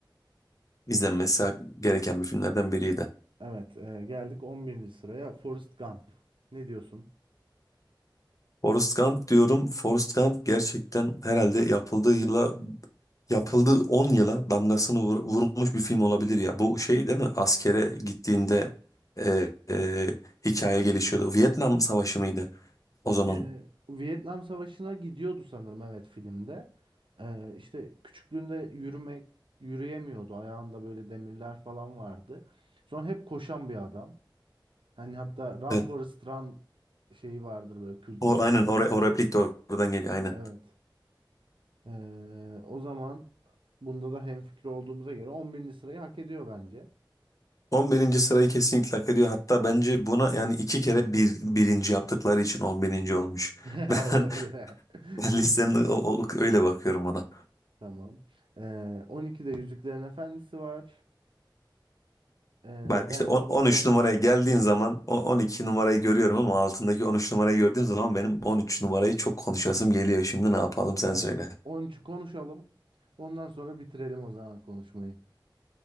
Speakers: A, on the left; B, on the right.
A: izlenmesi gereken bir filmlerden biriydi.
B: Evet e, geldik 11. sıraya Forrest Gump. Ne diyorsun?
A: Forrest Gump diyorum. Forrest Gump gerçekten herhalde yapıldığı yıla yapıldığı 10 yıla damgasını vur- vurmuş bir film olabilir ya. Bu şey değil mi? Askere gittiğinde e, e, hikaye gelişiyordu. Vietnam Savaşı mıydı o zaman?
B: E, Vietnam Savaşı'na gidiyordu sanırım evet filmde. E, işte küçüklüğünde yürümek yürüyemiyordu. Ayağında böyle demirler falan vardı. Sonra hep koşan bir adam. Hani hatta Run
A: Evet.
B: Forest Run şeyi vardır böyle kültleşmiş.
A: O, aynen o, re- o replik de oradan geliyor aynen.
B: Evet. Ee, o zaman bunda da hemfikir olduğumuza göre 11. sırayı hak ediyor bence.
A: On birinci sırayı kesinlikle hak ediyor. Hatta bence buna yani iki kere bir, birinci yaptıkları için on birinci olmuş. <laughs>
B: <laughs>
A: Ben,
B: Olabilir.
A: ben
B: <laughs> Çok
A: listenin
B: iyi.
A: o- o- öyle bakıyorum ona.
B: Tamam. Ee, 12'de Yüzüklerin Efendisi var. Ee,
A: Bak
B: bence
A: işte on-
B: bunu
A: 13
B: da konu.
A: numaraya geldiğin zaman o- 12 numarayı görüyorum ama altındaki 13 numarayı gördüğüm zaman benim 13 numarayı çok konuşasım geliyor. Şimdi ne yapalım sen
B: Evet.
A: söyle.
B: 13'ü konuşalım. Ondan sonra bitirelim o zaman konuşmayı.